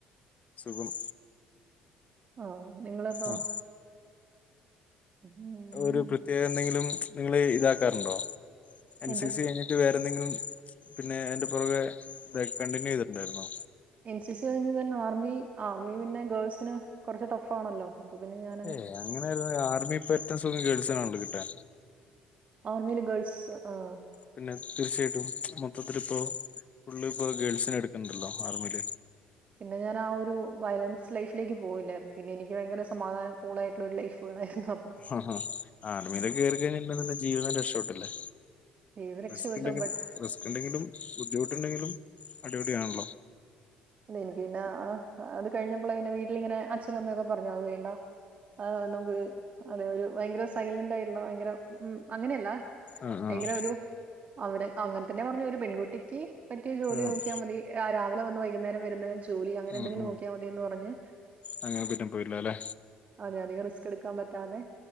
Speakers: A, on the left; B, on the right.
A: സുഖം.
B: ഓഹ് നിങ്ങളതോ.
A: ആഹ്
B: ഉം
A: ഒരു പ്രത്യേക എന്തെങ്കിലും നിങ്ങൾ ഇതാക്കാറ്ണ്ടോ എൻ
B: എന്ത്
A: സി സി കയ് ട്ട് വേറെന്തെങ്കിലും പിന്നെ അയ്ന്റെ പൊറകെ കണ്ടിന്യൂ ചെയ്തിട്ടുണ്ടായിര്ന്നോ.
B: എൻ സി സി കഴിഞ്ഞു തന്നെ ആർമി ആർമി പിന്നെ ഗേൾസിന് കൊറച്ച് ടഫ് ആണല്ലോ. അപ്പൊ പിന്നെ ഞാ
A: ഏഹ് അങ്ങനെ ആർമി പറ്റ സുഖം ഗേൾസ്നാണല്ല കിട്ടാ
B: ആർമീല് ഗേൾസ് ആഹ്
A: പിന്നെ തീർച്ചയായിട്ടും മൊത്തത്തില് ഇപ്പൊ ഫുള്ള് ഇപ്പൊ ഗേൾസിനെ എട്ക്ക്ണ്ടല്ലോ ആർമിയില്.
B: പിന്നെ ഞാൻ ആ ഒരു വയലൻസ് ലൈഫിലേക്ക് പോയില്ല. പിന്നെ എനിക്ക് ഭയങ്കര സമാധാന കൂളായിട്ടുള്ള ഒരു ലൈഫ് വേണായിരുന്നു.
A: ആഹ് ആർമിയില് കേറിക്കയ്ന് ന്ന്ണ്ടെങ്കി ജീവിതം രക്ഷട്ടില്ലേ.
B: ജീവിതം രക്ഷപ്പെട്ടു
A: റിസ്ക്ണ്ടെങ്കിലും
B: ബട്ട്
A: റിസ്ക്ണ്ടെങ്കിലും ബുദ്ധിമുട്ട്ണ്ടെങ്കിലും അടിപൊളിയാണല്ലോ.
B: <unintelligible> അത് കഴിഞ്ഞപ്പ്ളാ പിന്നെ വീട്ടിലിങ്ങനെ അച്ഛനു അമ്മയൊക്കെ പറഞ്ഞു അത് വേണ്ട. ആഹ് നമുക്ക് ഒരു അതെ ഒരു ഭയങ്കര സൈലന്റ് ആയിട്ട്ള്ള ഭയങ്കര ഉം അങ്ങനെയല്ല.
A: ആഹ്
B: ഭയങ്കര
A: ആഹ്
B: ഒരു അവിടെ അങ്ങൻ തന്നെ പർഞ്ഞ ഒരു പെൺകുട്ടിക്ക് പറ്റിയ ജോലി
A: ആഹ്
B: നോക്കിയാ മതി. രാ രാവിലെ വന്ന് വൈകുന്നേരം വര്ന്ന ജോലി അങ്ങനെ
A: ഉം
B: എന്തെങ്കിലും
A: ഉം
B: നോക്കിയാ മതീന്ന് പറഞ്ഞ്.
A: അങ്ങനെ പിന്നെ പോയില്ല അല്ലെ
B: അതെ അധികം റിസ്ക് എടുക്കാൻ പറ്റാതെ.